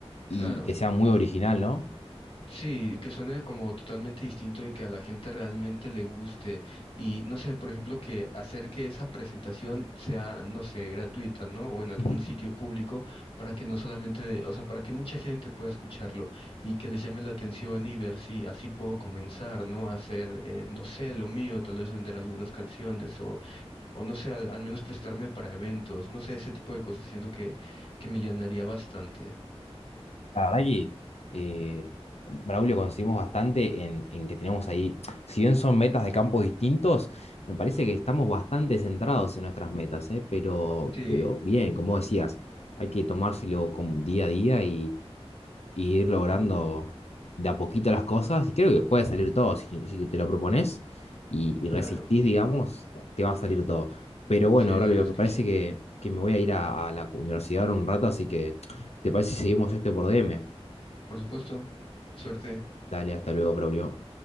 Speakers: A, on the left (about 75°); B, on the left (about 60°).
A: y
B: Claro.
A: que sea muy original, ¿no?
B: Sí, que suene como totalmente distinto y que a la gente realmente le guste. Y no sé, por ejemplo, que hacer que esa presentación sea, no sé, gratuita, ¿no? O en algún
A: Ujú.
B: sitio público para que no solamente, o sea, para que mucha gente pueda escucharlo y que les llame la atención y ver si así puedo comenzar, ¿no? A hacer, eh, no sé, lo mío, tal vez vender algunas canciones o, o no sé, al, al menos prestarme para eventos, no sé, ese tipo de cosas siento que, que me llenaría bastante.
A: La verdad que eh, Braulio coincidimos bastante en, en que tenemos ahí, si bien son metas de campos distintos, me parece que estamos bastante centrados en nuestras metas, ¿eh? Pero,
B: Sí,
A: pero bien, como decías, hay que tomárselo como día a día y y ir logrando de a poquito las cosas. Y creo que puede salir todo. Si, si te lo propones y, y resistís,
B: claro,
A: digamos, te va a salir todo. Pero bueno,
B: sí,
A: Braulio,
B: claro es
A: me
B: que
A: parece
B: sí.
A: que, que me voy a ir a, a la universidad ahora un rato, así que ¿te parece si seguimos esto por DM?
B: Por supuesto, suerte.
A: Dale, hasta luego, Braulio.